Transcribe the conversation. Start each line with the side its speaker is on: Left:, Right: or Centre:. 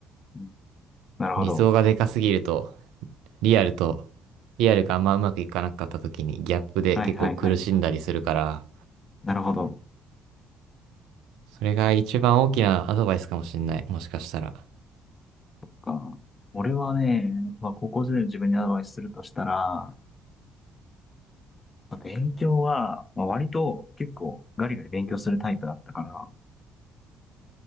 Left: うんなるほど。
Right: 理想がでかすぎると、リアルと、リアルがあんまうまくいかなかった時にギャップで結構苦しんだりするから、
Left: はいはいはい。なるほど。
Right: それが一番大きなアドバイスかもしんない。もしかしたら。
Left: か。俺はね、まあ、高校時代の自分にアドバイスするとしたら、まあ勉強は、まあ、割と結構ガリガリ勉強するタイプだったから、